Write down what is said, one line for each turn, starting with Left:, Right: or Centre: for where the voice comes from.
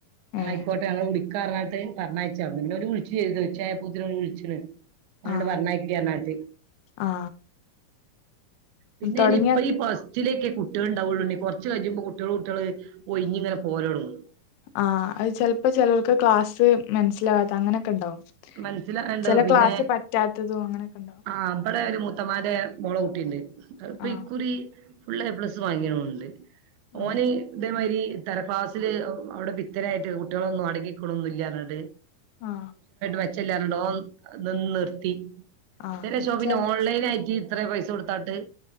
Left: ഏ
Right: ആയിക്കോട്ടെ ഞങ്ങള്െ വിടിക്ക കണട്ട കണാഴ്െ ഒരു ഒഴിച്ചു ചെയ്രുത് ചായയൂത്തിന് വിഴിച്ചിണ് അവോട്
Left: ആ
Right: പറണക്കാനാട്ട
Left: ആ
Right: പിന്നെ
Left: തുടങ്ങിയ
Right: ഇനി ഇപ്പ ഈ ഫസ്റ്റിലേക്കെ കുട്ടികൾണ്ടാവുള്ളു കുറച്ചു കഴിയുമ്പോ കുട്ടികള് കുട്ടികള് ഓയിഞ് ങ്ങനെ പോരോടുന്നു
Left: ആഹ അത് ചെിലപ്പോ ചിലർക്ക് ക്ലാസ്സ് മനസ്സിലാവാത്ത അങ്ങനെയൊക്കെ ഉണ്ടാവും
Right: മനസ്സിലണ്ടാവ
Left: ചില
Right: പിന്നെ
Left: ക്ലാസ് പറ്റാത്തതും അങ്ങനൊക്കെ ഉണ്ടാവും
Right: ആ അവിടെ ഒരു മു ത്തമാരെ മുോള കൂട്ടിണ്ട് ഇപ്പൊ
Left: ആ
Right: ഇക്കുറി ഫുള് എ പ്ലസ് വാങ്ങിയണണ്ട്
Left: ആ
Right: ഓന ഇതേമാരി ഇത്ത ക്ലാസ്സിില് അവിടെ പിത്തരായിട്ട് കുട്ടികളൊന്നും അടങ്ങിക്കൊണൊന്നും ഇല്ലണ്ട്
Left: ആ
Right: വെച്ചല്ലണ്ടോ നിന്ന നിർത്തിന്നെ
Left: ആ
Right: ഷോപ്പി
Left: ചെ
Right: ഓൺലൈൻ ആയിി എത്ര പൈസ കൊടുത്താട്ട്